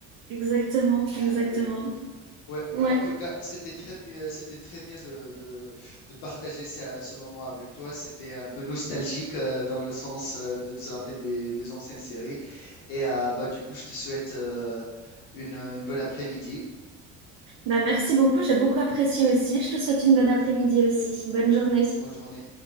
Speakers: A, on the right; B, on the left.
A: exactement,
B: Ah,
A: exactement.
B: la belle époque. Ouais,
A: Ouais.
B: en tout cas, c'était très bien, c'était très bien de, de, de partager ça- ce moment avec toi. C'était un peu nostalgique euh, dans le sens euh, de, de se rappeler des, des anciennes séries. Et euh, bah, du coup, je te souhaite euh, une, une bonne après-midi.
A: Bah, merci beaucoup, j'ai beaucoup apprécié aussi. Je te souhaite une bonne après-midi aussi. Bonne journée.
B: Bonne journée.